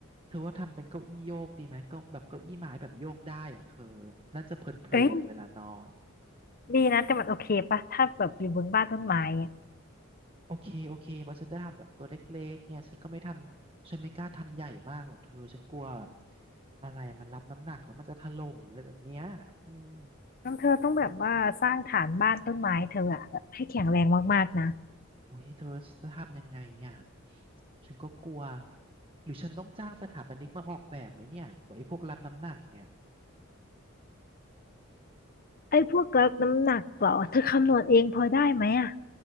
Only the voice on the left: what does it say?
เอ้ยดีนะแต่มันโอเคปะถ้าแบบอยู่บนบ้านต้นไม้อะ
น้องเธอต้องแบบว่าสร้างฐานบ้านต้นไม้เธออะแบบให้แข็งแรงมากๆนะ
ไอ้พวกล้น้ำหนักเหรอเธอคำนวณเองพอได้ไหมอะ